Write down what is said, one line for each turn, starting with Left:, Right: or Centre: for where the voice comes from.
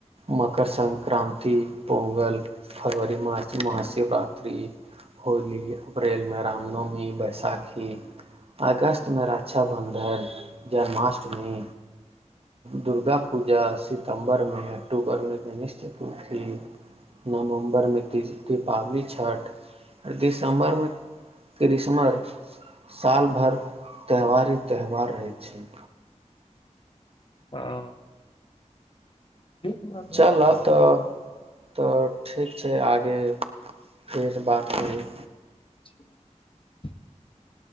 Right: मकर संक्रान्ति पोंगल फरवरी मार्च महाशिवरात्रि होली अप्रैलमे रामनवमी बैसाखी अगस्तमे रक्षाबन्धन जन्माष्टमी दुर्गा पूजा सितम्बरमे अक्टूबरमे गणेश चतुर्थी नवम्बरमे तीज दीपावली छठ आ दिसम्बरमे क्रिसमस साल भरि त्यौहार ही त्यौहार रहैत छै
Left: हँ ठीक बात
Right: चलऽ तऽ तऽ ठीक छै आगे फेर बात आओ <unintelligible>
Left: च <inaudible>